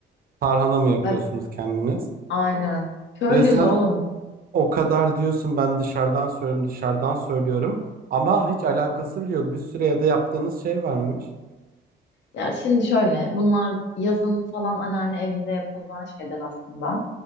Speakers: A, on the right (about 50°); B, on the left (about 65°).
A: Tarhana mı yapıyorsunuz
B: Ve
A: kendiniz?
B: Aynen. Köylüyüz
A: Ya sen
B: oğlum.
A: O kadar diyorsun ben dışarıdan söylüyorum dışarıdan söylüyorum ama hiç alakası bile yok. Bir sürü evde yaptığınız şey varmış.
B: Ya şimdi şöyle, bunlar yazın falan anneanne evinde yapılan şeyler aslında.